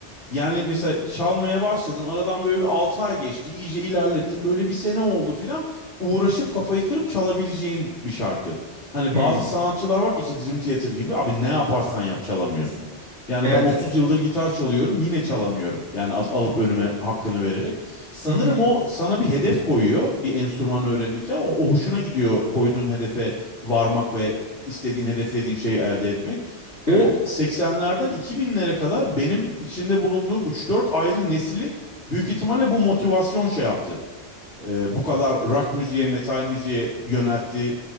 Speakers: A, on the left; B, on the right.
A: Yani mesela çalmaya başladın aradan böyle bir 6 ay geçti iyice ilerlettin böyle bir sene oldu filan uğraşıp kafayı kırıp çalabileceğin bir şarkı. Hani
B: Hı,
A: bazı sanatçılar var ki işte Dream Theater gibi abi ne yaparsan yap çalamıyorsun. Yani
B: evet.
A: ben 30 yıldır gitar çalıyorum yine çalamıyorum. Yani al- alıp önüme hakkını vererek. Sanırım
B: Hı hı,
A: o sana bir hedef koyuyor bir enstrüman öğrenirken o, o hoşuna gidiyor koyduğun hedefe varmak ve istediğin, hedeflediğin şeyi elde etmek.
B: evet.
A: O 80'lerden 2000'lere kadar benim içinde bulunduğum 3-4 ayrı nesili büyük ihtimalle bu motivasyon şey yaptı. Ee, bu kadar rock müziğe, metal müziğe yöneltti